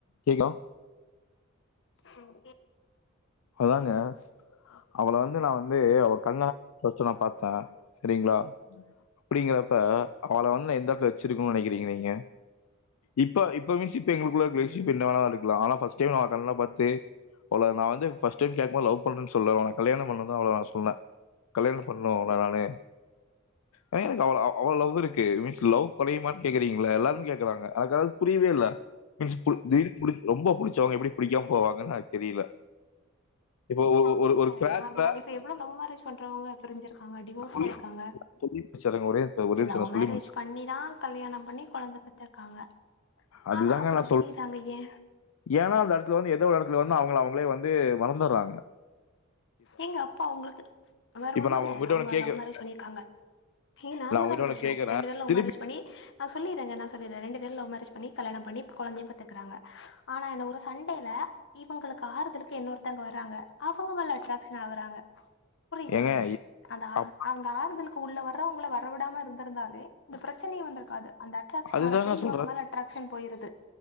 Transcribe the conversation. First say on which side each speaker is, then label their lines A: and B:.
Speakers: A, on the left (about 90°); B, on the left (about 60°).
A: கேக்கோ
B: ம் கேக்
A: அதாங்க அவள வந்து நா வந்து அவ கண்ண தா ஃபஸ்ட் நா பாத்தே ஆஹ் செரிங்களா அப்டிங்கறப்ப அவள வந்து நா எந்த எடத்துல வெச்சுருக்கனோன்னு நெனைக்கிறீங்க நீங்க இப்ப இப்ப மீன்ஸ் இப்ப எங்களுக்குள்ள ஃப்ரெண்ட்ஷிப் என்ன வேனா இருக்கலா ஆனா ஃபஸ் டைம் அவ கண்ண பாத்து அவள நா வந்து ஃபர்ஸ் டைம் கேக்கும் போது லவ் பண்ணனும் சொல்ல அவள கல்யாணோ பண்ணனுதா அவள நா சொன்னே கல்யாணோ பண்ணனும் உங்கள நானு ஏனா எனக்கு அவ்ளோ லவ் இருக்கு மீன்ஸ் லவ் படியுமா கேக்குறீங்க எல்லாருமே கேக்குறீங்கல்ல எனக்கு அது புரியவே இல்ல <unintelligible> ரொம்ப புடிச்ச அவுங்க எப்டி புடிக்காம போவாங்கன்னு தெரியல இப்போ ஒரு
B: நா கேக்குறே
A: ஒரு- ஒரு கிராஸ்ல
B: நார்மலா இப்ப எவ்ளோ லவ் மேரேஜ் பண்றவங்க பிரிஞ்சிருக்காங்க டிவோஸ்
A: சொல்லி
B: ஆயிருக்காங்க
A: சொல்லி முடிச்சாருங்க ஒரே நிமிஷம், ஒரே நிமிஷம்
B: லவ்
A: நான் சொல்லி
B: மேரேஜ்
A: முடிச்சு
B: பண்ணி தா கல்யாணோ பண்ணி கொழந்த பெத் காங்க
A: அதுதாங்க
B: ஆனா அப்புறோ
A: நான் சொல்றேன்.
B: பிரிறாங்க ஏன்
A: ஏன்னா அந்த இடத்துல வந்து ஏதோ ஒரு இடத்துல வந்து அவுங்க அவுங்களே வந்து மறந்துட்றாங்க
B: எங்க அப்பா அவுங்களுக்கு வேற
A: இப்ப
B: ஒண்ணுல்ல
A: நான் உங்ககிட்ட
B: அவுங்க
A: ஒண்ணு கேட்கிறேன்.
B: லவ் மேரேஜ் பண்ணிருக்காங்க எ நார்மலான
A: நான் உங்ககிட்ட
B: விஷயோ
A: ஒண்ணு கேட்கிறேன்.
B: ரெண்டு பேர் லவ்
A: திருப்பி
B: மேரேஜ் பண்ணி நா சொல்லிறேங்க நா சொல்லிறே ரெண்டு பேரும் லவ் மேரேஜ் பண்ணி கல்யாணம் பண்ணி கொழந்தையு பெத்துக்குறாங்க ஆனா என்ன ஒரு சண் யில இவுங்களுக்கு ஆறுதலுக்கு இன்னொருத்தவங்க வராங்க அவுங்க <unintelligible> ஷன் ஆவுறாங்க புரிதா
A: ஏங்க
B: அந்த
A: அப்பா
B: அங்க ஆறுதலுக்கு உள்ள வர்றாங்களே வரவிடாம இருந்திருந்தாலே இந்த பிரச்சனையே வந்திருக்காது அந்த அட்ராக்ஷன்
A: அதுதாங்க
B: வர போய்
A: சொல்றேன்.
B: இவுங்க மேல அட்ராக்ஷன் போயிருது